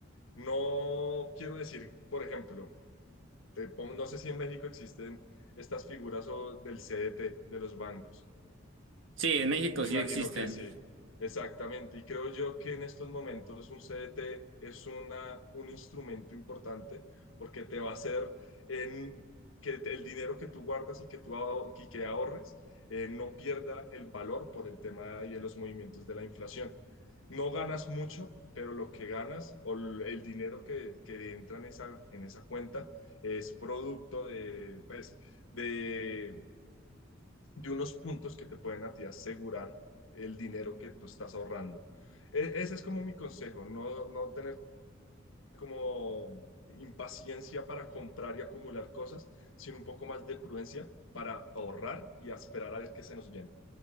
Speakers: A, on the left; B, on the right.
A: No quiero decir, por ejemplo, te pongo- no sé si en México existen estas figuras o del CDT, de los bancos.
B: Sí, en México
A: Me
B: sí
A: imagino
B: existen.
A: que sí, exactamente. Y creo yo que en estos momentos un CDT es una, un instrumento importante porque te va a hacer en, que te- el dinero que tú guardas y que tú aho- y que ahorres eh, no pierda el valor por el tema y de los movimientos de la inflación. No ganas mucho, pero lo que ganas o l- el dinero que, que entra en esa, en esa cuenta es producto de, pues, de de unos puntos que te pueden a ti asegurar el dinero que tú estás ahorrando. E- ese es como mi consejo, no, no tener como impaciencia para comprar y acumular cosas, sino un poco más de prudencia para ahorrar y a esperar a ver qué se nos viene.